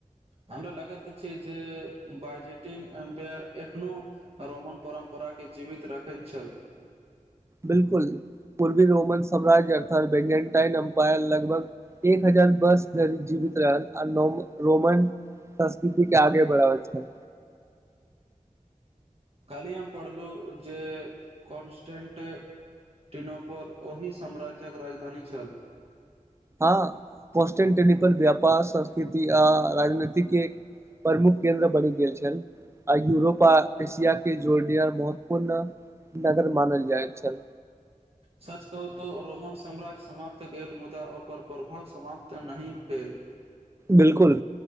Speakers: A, on the right; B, on the right.
A: हमरो लगैत छै जे बइजेटिन एम्पायर एखनो रैमण परम्परा के जीवित राखै छल
B: बिलकुल पूर्वी रोमन साम्राज्य अर्थात बेलेनटाइन अम्पायर लगभग एक हजार बस धरि जीवित रहल आ रोमन संस्कृति के आगे बढढाबै छै
A: कालही हम पढ़लहु जे कॉन्स्टेंट टिनोफॉल ओहि साम्राज्य्यक राजधानी छल
B: हँ कन्टेंटेल व्यापार संस्कृति आ राजनतिक एक प्रमुख केन्द्र बनि गेल छल आ यूरोप आ एशिया के जोरडियर महत्वपूर्ण नगर मानल जाय छल
A: सच कुहुँ तो रोमन साम्राज्य समाप्त भेल मुदा ओकर प्रभाव समाप्त नहि भेल
B: बिल्कुल